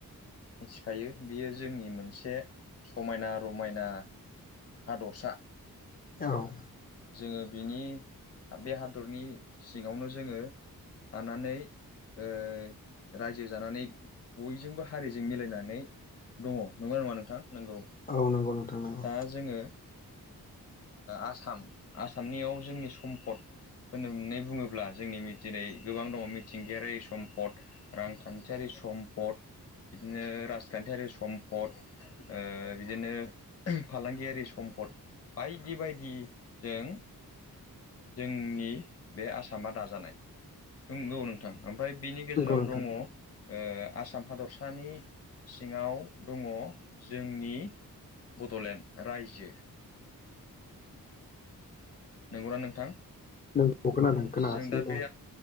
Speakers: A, on the left (about 40°); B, on the left (about 25°).
A: मिथिखायो बियो जोंनि मोनसे समायना रमायना हादरसा
B: औ
A: जोङो बिनि बे हादरनि सिङावनो जोङो थानानै ओ रायजो जानानै बयजोंबो हारिजों मिलायनानै दङ नंगौना नङा नोंथां नंगौ
B: औ नंगौ नोंथां नंगौ
A: दा जोङो आसाम आसामनियाव जोंनि सम्फद होननो होननानै बुङोब्ला जोंनि दिनै गोबां दङ मिथिंगायारि सम्पद रांखान्थियारि सम्पद बिदिनो राजखान्थियारि सम्पद बिदिनो फालांगियारि सम पद बायदि बायदि जों जोंनि बे आसामा दाजानाय नंगौ नोंथां ओमफ्राय बिनि गेजेराव
B: नंगौ नोंथां
A: दङ ओ आसाम हादरसानि सिङाव दङ जोंनि बड'लेण्ड रायजो नंगौना नोंथां
B: नोंगौ खोनादों
A: औ
B: खोनागासिनो
A: जों दा
B: दं
A: बे